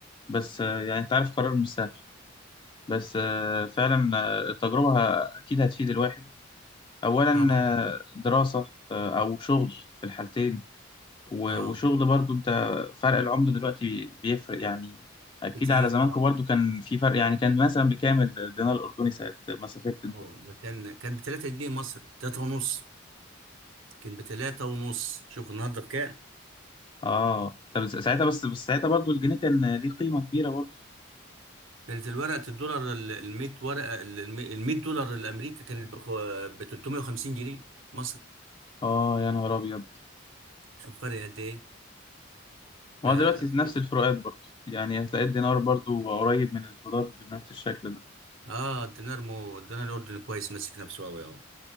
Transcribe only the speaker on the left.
بس آه، يعني أنت عارف قرار مش سهل بس آه، فعلا آه، التجربة ه- أكيد هتفيد الواحد أولا
آه، دراسة آه، أو شغل في الحالتين و-
وشغل برضو انت فرق العملة دلوقتي بيفرق يعني اكيد
على زمانكم
برضو كان في فرق يعني كان مثلا بكام الدينار الاردني ساعة ما سافرت انت
اه طب ساعتها بس بس ساعتها برضو الجنيه كان ليه قيمة كبيرة برضو
اه يا نهار ابيض
ما
هو دلوقتي نفس
الفروقات برضو يعني هتلاقي الدينار برضو قريب من الدولار بنفس الشكل ده